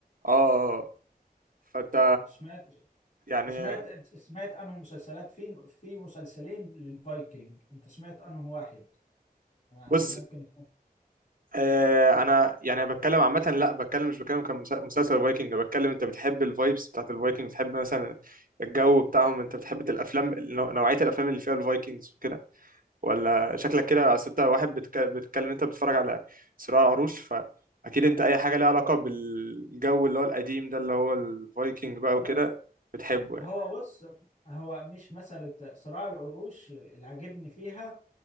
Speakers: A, on the right; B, on the left.
A: اه آه. آه. فانت
B: سمعت
A: يعني
B: سمعت سمعت عنهم مسلسلات في في مسلسلين للفايكنج انت سمعت عنه واحد انا عشان
A: بص
B: ممكن يكون
A: آه، انا يعني بتكلم عامه لا بتكلم مش بتكلم كمسلسل فايكنج بتكلم انت بتحب الفايبس بتاعت الفايكنج بتحب مثلا الجو بتاعهم انت بتحب الافلام نوع- نوعيه الافلام اللي فيها الفايكنجز وكده ولا شكلك كده اصل انت واحد بتك- بتتكلم انت بتتفرج على صراع العروش فاكيد انت اي حاجه ليها علاقه بالجو اللي هو القديم ده اللي هو الفايكنج بقى
B: لا
A: وكده بتحبه
B: هو
A: يعني
B: بص هو مش مسألة صراع العروش اللي عجبني فيها